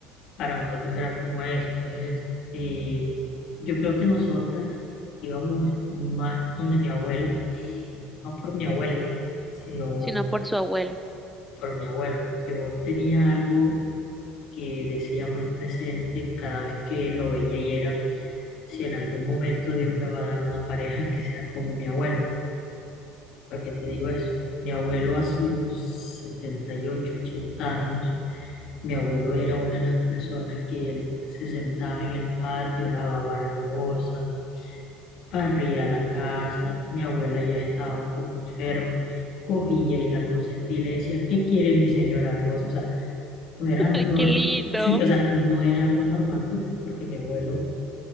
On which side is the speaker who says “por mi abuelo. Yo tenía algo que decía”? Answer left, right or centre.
Left